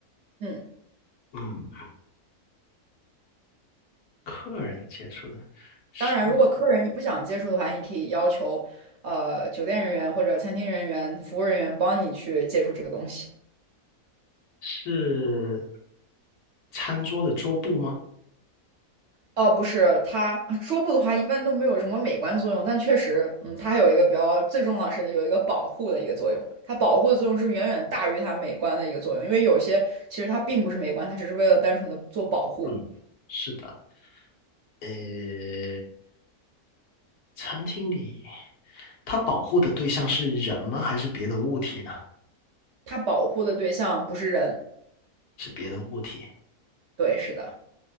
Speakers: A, on the right; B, on the left.
A: 嗯，
B: 嗯，客人接触的是
A: 当然，如果客人你不想接触的话，你可以要求呃酒店人员或者餐厅人员、服务人员帮你去接触这个东西。
B: 是餐桌的桌布吗？
A: 哦，不是，它桌布的话一般都没有什么美观作用，但确实，嗯，它还有一个比较最重要的是有一个保护的一个作用。它保护的作用是远远大于它美观的一个作用，因为有些其实它并不是美观，它只是为了单纯的做保护。
B: 嗯，是的。呃，餐厅里，它保护的对象是人吗？还是别的物体呢？
A: 它保护的对象不是人，
B: 是别的物体。
A: 对，是的，